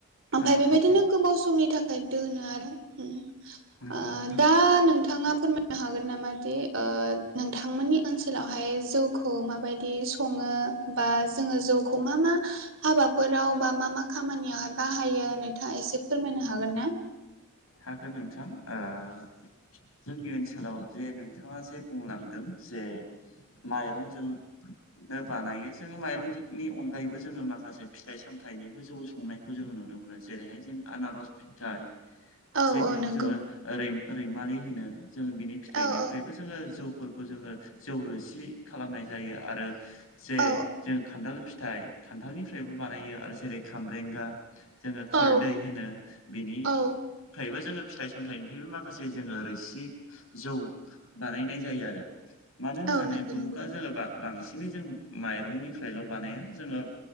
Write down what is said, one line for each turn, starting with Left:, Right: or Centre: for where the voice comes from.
Left: थारैनो
Right: ओमफाय बेबायदिनो
Left: सैथो
Right: गोबाव समनि थाखाय दोनो आरो ओम।
Left: नंगौ नोंथां
Right: दा नोंथाङा फोरमाय बुंनो हागोन नामा दि ओ-नोंथांमोननि ओनसोलावहाय जौखौ माबायदि सङो? बा जोङो जौखौ मा मा हाबाफोराव बा मा मा खामानियाव हा बाहायो नोंथाङा एसे फोरमायनो हागोन ना?
Left: हागोन नोंथां ओ- जोंनि ओनसोलाव जे नोंथाङा जे बुंलांदों जे माइरंजों नो बानायो जोङो माइरंनि अनगायैबो जोङो माखासे फिथाइ सामथाइनिबो जौ संनाय खौ जोङो नुनो मोनो जेरैहाय जों आनारस फिथाइ।
Right: औ
Left: जेखौ
Right: औ नंगौ
Left: जोङो ओ-रै- रैमालि होनो जों बिनि फिथाइनिफ्रायबो
Right: औ औ
Left: जो जोङो जौफोरखौ जोङो जौ रोसि खालामनाय जायो आरो जे
Right: औ
Left: जों खान्थाल फिथाइ खान्थालनिफ्रायबो बानायो आरो जेरै खामब्रेंगा जोङो खोरदै
Right: औ
Left: होनो बिनि
Right: औ
Left: फ्रायबो जोङो फिथाइ सामथाइनिफ्रायबो माखासे जोङो रोसि जौ बानायनाय जायो आरो मानो होननानै
Right: औ नंगौ
Left: बुङोब्ला
Right: नंगौ
Left: जोङो बा बांसिनै जों माइरंनिफ्रायल' बानाया जोङो।